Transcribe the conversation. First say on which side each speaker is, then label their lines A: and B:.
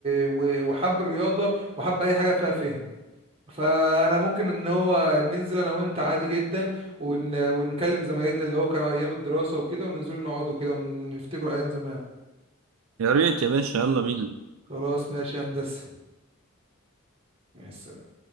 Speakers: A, on the right; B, on the right.
A: و- وحب الرياضه وحب اي حاجه فيها فهم فانا ممكن ان هو ننزل انا وانت عادي جدا ون... ونكلم زمايلنا اللي هو كانوا ايام الدراسة وكده وننزل نقعدوا كده ونفتكروا ايام زمان
B: يا ريت يا باشا يلا بينا
A: خلاص ماشي يا هندسة مع السلامة